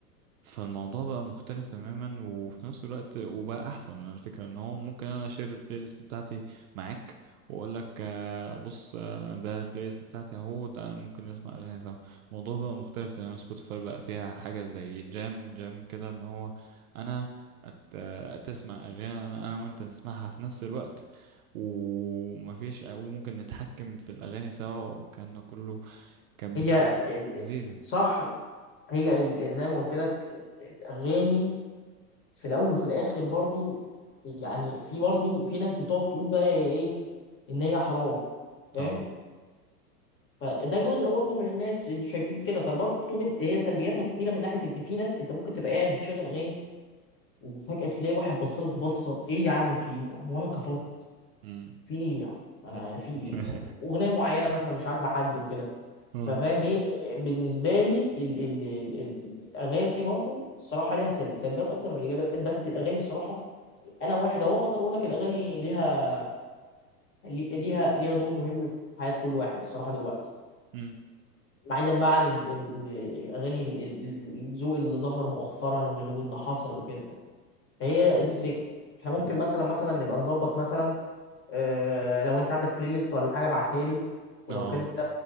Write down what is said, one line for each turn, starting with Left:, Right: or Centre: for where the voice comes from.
Right: فالموضوع بقى مختلف تماما وفي نفس الوقت وبقى احسن انا الفكره ان هو ممكن انا اشير البلاي ليست بتاعتي معاك واقول لك آه، بص آه، ده البلاي ليست بتاعتي اهو تعالى ممكن نسمع اغاني سوا الموضوع بقى مختلف تماما سبوتيفاي بقى فيها حاجه زي جام جام كده ان هو انا أت... آه، تسمع اغاني انا أنا وانت نسمعها في نفس الوقت ومفيش وممكن نتحكم في الاغاني سوا والكلام ده كله كانت
Left: هي
Right: بتبقى
Left: ال...
Right: لذيذه
Left: صح هي ال... زي ما قلت لك الاغاني في الاول وفي الاخر برضو يعني في برضو في ناس بتقعد تقول بقى هي ايه ان هي حرام فاهم
Right: اه
Left: فده جزء برضه من الناس اللي شايفين كده فبرضه من هي سلبياتها كتيره من ناحيه ان في ناس انت ممكن تبقى قاعد بتشغل اغاني وفجأة تلاقي واحد بصلك بصة ايه يا عم في ايه يا عم وانا كفرت
Right: اه
Left: في ايه يا عم انا
Right: مم.
Left: في ايه
Right: <laughs>
Left: اغنية معينة مثلا مش عاجبة حد وكده
Right: اه
Left: ففاهم هي بالنسبة لي ال ال ال ال الاغاني برضو الصراحة ليها سل- سلبيات اكتر من ايجابيات بس الاغاني الصراحة انا واحد اهو اقدر اقول لك الاغاني ليها لي- ليها ليها دور مهم في حياة كل واحد الصراحة دلوقتي
Right: مم.
Left: بعيدا بقى عن ال- ال- الاغاني ال- ال- الذوق اللي ظهر مؤخرا واللي واللي حصل وكده فهي دي الفكره احنا ممكن
Right: مم.
Left: مثلا مثلا نبقى نظبط مثلا آه، لو انت عندك بلاي ليست ولا حاجه ابعتها لي ولو
Right: اه
Left: كده